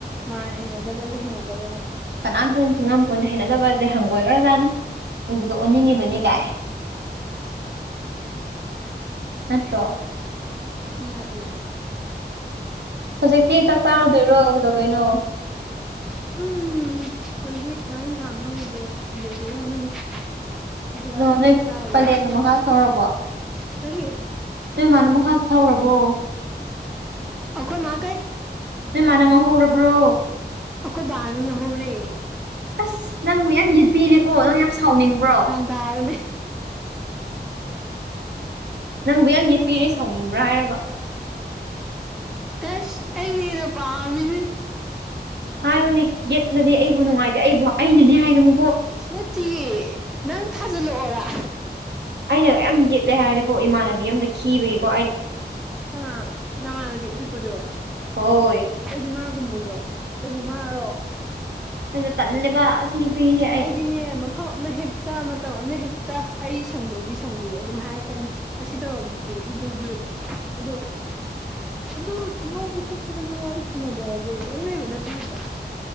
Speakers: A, in the centre; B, on the right (about 75°).
A: ꯃꯥꯅꯦ ꯍꯩꯅꯗꯕꯖꯦ ꯍꯩꯅꯗꯕꯅꯦ
B: ꯀꯅꯥꯝꯇꯅ ꯊꯤꯡꯉꯝꯄꯣꯟꯗꯦ ꯍꯩꯅꯗꯕꯖꯦ ꯍꯪꯒꯣꯏꯒ꯭ꯔꯥꯖꯥꯠꯅꯤ ꯎꯕꯗ ꯑꯣꯟꯅꯤꯡꯉꯤꯕꯅꯤ ꯒꯥꯏ
A: <inaudible>
B: ꯅꯠꯇ꯭ꯔꯣ
A: ꯅꯠꯂꯦ
B: ꯍꯧꯖꯤꯛꯇꯤ ꯆꯥꯛ ꯆꯥꯔꯗꯣꯏꯔꯣ ꯀꯩꯗꯧꯗꯣꯏꯅꯣ
A: ꯍꯨꯝ ꯍꯧꯖꯤꯛ ꯉꯥꯔꯤꯡꯈꯥ ꯉꯧꯕꯗꯣ ꯂꯣꯏꯗꯣꯔꯝꯃꯅꯤ ꯗꯨꯒ
B: ꯅꯣ ꯅꯣꯏ
A: ꯆꯥꯎꯔꯅꯤ
B: ꯄꯂꯦꯟꯗꯣ ꯃꯈꯥ ꯊꯧꯔꯕꯣ
A: ꯀꯔꯤ
B: ꯅꯣꯏ ꯃꯥꯅ ꯃꯈꯥꯥꯁꯦ ꯊꯧꯔꯕꯣ
A: ꯑꯩꯈꯣꯏ ꯃꯥ ꯀꯩ
B: ꯅꯣꯏ ꯃꯥꯅ ꯉꯧꯍꯧꯔꯕ꯭ꯔꯣ
A: ꯑꯈꯣ ꯕꯥꯅ ꯉꯍꯧꯔꯦ
B: ꯑꯁ ꯅꯪꯕꯨ ꯌꯥꯝ ꯌꯦꯠꯄꯤꯔꯦꯀꯣ ꯅꯪ ꯌꯥꯝ ꯁꯥꯎꯅꯤꯡꯕ꯭ꯔꯣ
A: ꯇꯥꯔꯅꯦ
B: ꯅꯪꯕꯨ ꯌꯥꯝ ꯌꯦꯠꯄꯤꯔꯦ ꯁꯥꯎꯅꯤꯡꯕ꯭ꯔꯥ ꯍꯥꯏꯔꯒ
A: ꯑꯦꯁ ꯑꯩꯅꯦ ꯍꯦꯟꯅ ꯄꯥꯝꯃꯤꯅꯤ
B: ꯍꯥꯏꯌꯨꯅꯦ ꯌꯦꯠꯅꯗꯤ ꯑꯩꯕꯨ ꯅꯨꯡꯉꯥꯏꯇꯦ ꯑꯩꯕꯨ ꯑꯩꯅꯅꯦ ꯍꯥꯏꯒꯅꯨ
A: ꯅꯠꯇꯤꯌꯦ ꯅꯪ ꯊꯥꯖꯜꯂꯛꯑꯣꯔ
B: ꯑꯩꯅ ꯃꯌꯥꯝ ꯌꯦꯠꯂꯦ ꯍꯥꯏꯔꯗꯤꯀꯣ ꯏꯃꯥꯟꯅꯕꯤ ꯑꯝꯗ ꯀꯤꯕꯩꯀꯣ
A: ꯀꯅꯥ ꯅꯃꯥꯟꯅꯕꯤ ꯑꯄꯤꯛꯄꯗꯨꯔꯣ
B: ꯍꯣꯏ
A: ꯑꯩꯗꯤ ꯃꯥꯒꯨꯝꯕꯗꯨꯔꯣ ꯑꯩꯕꯨ ꯃꯥꯔꯣ
B: ꯑꯩꯗꯣ ꯇꯜꯂꯤꯕ ꯑꯁꯤ ꯅꯨꯄꯤꯁꯦ ꯑꯩ
A: ꯑꯩꯗꯤꯅꯦ ꯃꯐꯝ ꯑꯃ ꯍꯦꯛꯇ ꯃꯇꯝ ꯑꯃ ꯍꯦꯛꯇ ꯑꯩ ꯁꯪꯗ꯭ꯔꯗꯤ ꯁꯪꯗꯦ ꯑꯗꯨꯝ ꯍꯥꯏꯔꯛꯀꯅꯤ ꯑꯁꯤ ꯇꯧꯔꯝꯃꯤꯒꯤ ꯑꯗꯨꯗꯨꯗꯨ ꯑꯗꯣ ꯑꯗꯨ ꯆꯤꯍꯧꯕ ꯈꯣꯠꯄꯗ ꯅꯪ ꯋꯥꯔꯤ ꯁꯥꯟꯅꯕꯖꯦ ꯀꯩꯝ ꯂꯩꯕ ꯅꯠꯇꯦ ꯍꯥꯏꯕ